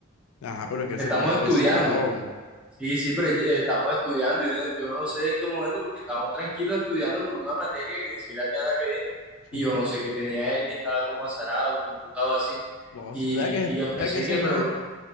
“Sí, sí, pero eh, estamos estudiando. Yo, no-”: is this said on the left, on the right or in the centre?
Centre